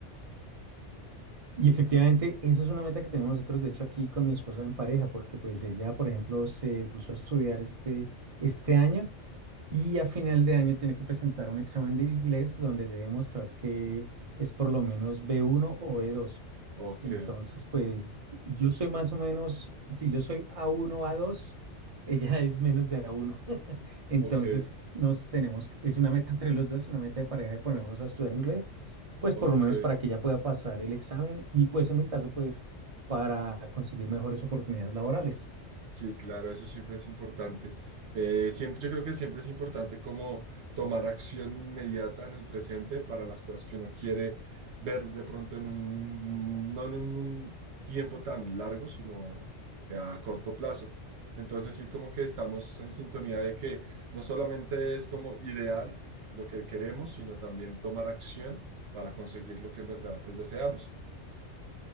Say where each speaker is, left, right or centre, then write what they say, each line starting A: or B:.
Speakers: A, on the right; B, on the right.
A: Y efectivamente, eso es una meta que tenemos nosotros, de hecho, aquí con mi esposa en pareja, porque pues ella, por ejemplo, se puso a estudiar este, este año y a final de año tiene que presentar un examen de inglés donde debe mostrar que es por lo menos b uno o b dos.
B: Ok.
A: Entonces, pues yo soy más o menos, si yo soy a uno a dos <laughs> ella es menos de a uno <laughs> Entonces,
B: Ok,
A: nos tenemos, que- es una meta entre los dos, una meta de pareja de ponernos a estudiar inglés, pues
B: ok.
A: por lo menos para que ella pueda pasar el examen y pues en mi caso, pues para conseguir mejores oportunidades laborales.
B: Sí, claro, eso siempre es importante. Eh, siempre, yo creo que siempre es importante como tomar acción inmediata en el presente para las cosas que uno quiere ver de pronto en un, no en un tiempo tan largo, sino a corto plazo. Entonces sí, como que estamos en sintonía de que no solamente es como ideal lo que queremos, sino también tomar acción para conseguir lo que en verdad pues deseamos.